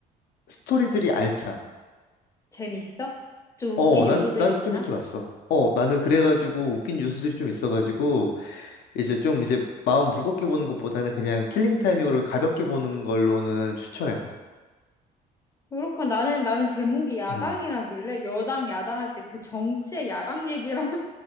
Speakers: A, on the left; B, on the left.
A: 스토리들이 알차.
B: 재밌어? 좀
A: 어,
B: 웃긴 요소들이
A: 난 난
B: 있나?
A: 좀 이렇게 봤어. 어, 나는 그래가지고 웃긴 뉴스들이 좀 있어가지고 이제 좀 이제 마음 무겁게 보는 것보다는 그냥 킬링타임용으로 가볍게 보는 걸로는 추천해.
B: 그렇고 나는 나는 제목이 야당이라길래
A: 음.
B: 여당 야당할 때 그 정치의 야당 얘기라는